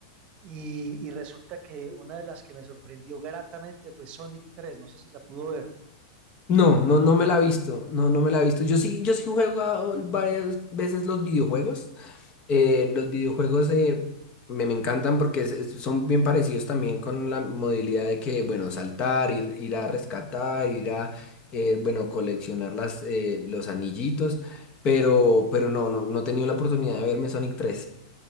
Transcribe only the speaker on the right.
Y, y resulta que una de las que me sorprendió gratamente fue Sonic 3, no sé si la pudo ver.